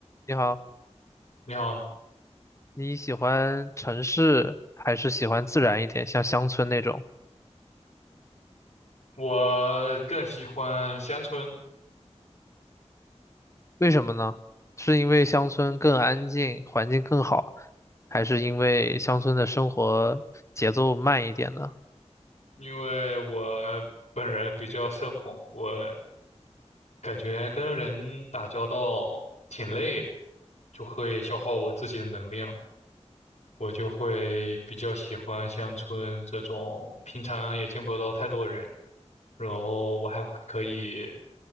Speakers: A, on the left; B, on the left.
A: 你好，
B: 你好，
A: 你喜欢城市还是喜欢自然一点，像乡村那种？
B: 我更喜欢乡村，
A: 为什么呢？是因为乡村更安静，环境更好，还是因为乡村的生活节奏慢一点呢？
B: 因为我本人比较社恐，我感觉跟人打交道挺累的，就会消耗我自己的能量，我就会比较喜欢乡村这种平常也见不到太多人，然后我还可以